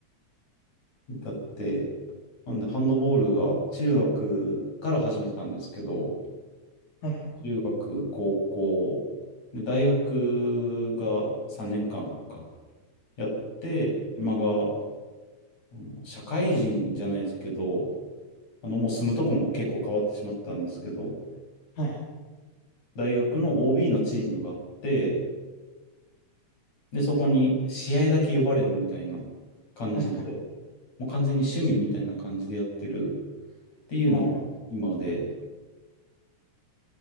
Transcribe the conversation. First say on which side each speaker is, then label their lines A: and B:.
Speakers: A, on the left (about 60°); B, on the left (about 85°).
A: だって、なんで、ハンドボールが中学から始めたんですけど、
B: はいはい
A: 中学、高校、で、大学が3年間か、やって、今が、あの社会人じゃないですけど、あの、もう住むとこも結構変わってしまったんですけど、
B: はい。
A: 大学の OB のチームがあって、で、そこに試合だけ呼ばれるみたいな感じで、
B: はいはいはい。
A: もう完全に趣味みたいな感じでやってるっていうのが今で、
B: はい。